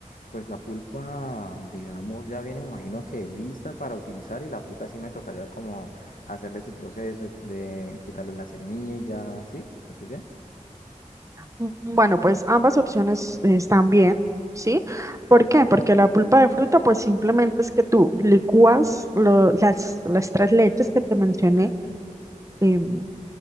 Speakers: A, on the left; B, on the right.
A: Pues la pulpa, digamos, ya viene, me imagino que lista para utilizar y la fruta sí me tocaría como hacerle su proceso de quitarle la semilla, ¿sí? ¿Estoy bien?
B: Mm, Bueno, pues ambas opciones eh, están bien, ¿sí? ¿Por qué? Porque la pulpa de fruta, pues simplemente es que tú licúas lo- las, las tres leches que te mencioné, em,